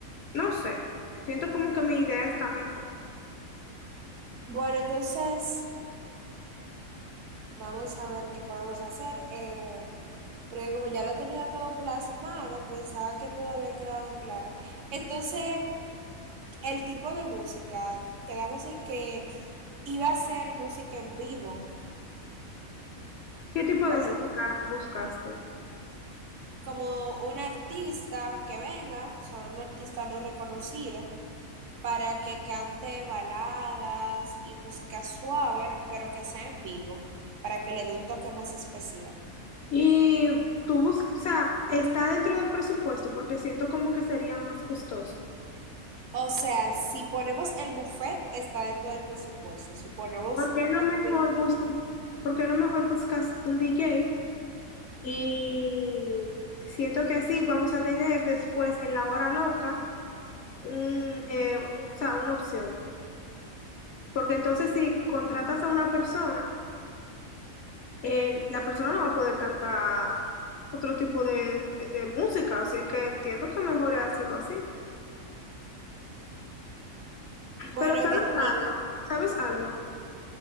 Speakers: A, on the left; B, on the right.
A: No sé, siento como que mi idea está mejor.
B: Bueno, entonces vamos a ver qué podemos hacer. eh, porque como ya lo tenía todo plasmado, pensaba que todo había quedado claro. Entonces, el tipo de música, quedamos en que iba a ser música en vivo.
A: ¿Qué tipo de
B: O sea,
A: música buscaste?
B: como un artista que venga, o sea, un artista no reconocido, para que cante baladas y música suave, pero que sea en vivo, para que le dé un toque más especial.
A: Y tú buscas, o sea, está dentro del presupuesto porque siento como que sería más costoso.
B: O sea, si ponemos el buffet, está dentro del presupuesto. Si ponemos
A: ¿Por qué no
B: la
A: mejor
B: comida,
A: buscas, por qué no mejor buscas un DJ? Y siento que así vamos a tener después en la hora loca un, eh, un- o sea, una opción. Porque entonces si contratas a una persona, eh, la persona no va a poder cantar otro tipo de, de música, así que entiendo que mejor es hacerlo así.
B: bueno,
A: Pero ¿sabes
B: ¿qué te digo?
A: algo? ¿Sabes algo?